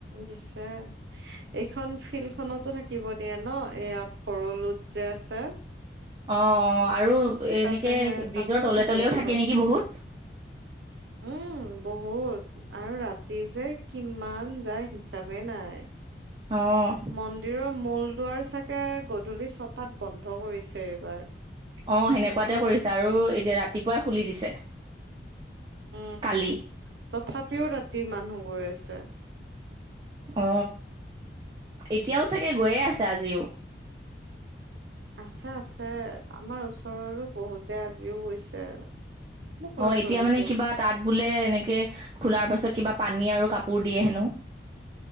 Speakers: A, on the right; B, on the right.
A: দিছে এইখন ফিল্ড খনতো থাকিব দিয়ে ন এয়া ভৰলোত যে আছে
B: অ অ আৰু
A: তাতেহে
B: এনেকে
A: তাতেও
B: ব্ৰিজৰ তলে তলেও
A: বহুত
B: থাকে নেকি বহুত
A: উম বহুত আৰু ৰাতি যে কিমান যায় হিচাপে নাই
B: অঁ
A: মন্দিৰৰ মূল দুৱাৰ চাগে গধূলি ছটাত বন্ধ কৰিছে এইবাৰ
B: অ সেনেকুৱাতে কৰিছে আৰু এতিয়া ৰাতিপুৱাই খুলি দিছে
A: উম
B: কালি।
A: তথাপিও ৰাতি মানুহ গৈ আছে
B: অ এতিয়াও চাগে গৈয়ে আছে আজিও
A: আছে আছে আমাৰ ওচৰৰো বহুতে আজিও গৈছে মোক লগ
B: অ এতিয়া
A: ধৰিছিল।
B: মানে কিবা তাত বোলে এনেকে খোলাৰ পাছত কিবা পানী আৰু কাপোৰ দিয়ে হেনো